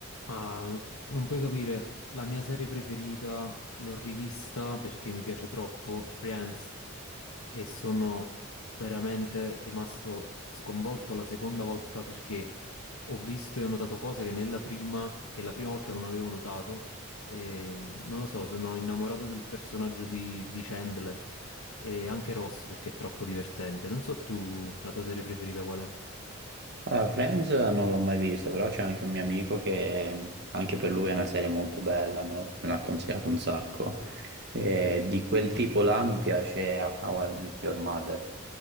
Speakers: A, on the left; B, on the right.
A: Ma non puoi capire, la mia serie preferita l'ho rivista perché mi piace troppo, Friends, e sono veramente rimasto sconvolto la seconda volta perché ho visto e ho notato cose che nella prima, che la prima volta non avevo notato, e non lo so, sono innamorato del personaggio di, di Chandler e anche Ross perché è troppo divertente. Non so tu, la tua serie preferita qual è?
B: Allora, Friends non l'ho mai visto, però c'è anche un mio amico che anche per lui è una serie molto bella, me lo- me l'ha consigliato un sacco. E di quel tipo là mi piace How I Met Your Mother.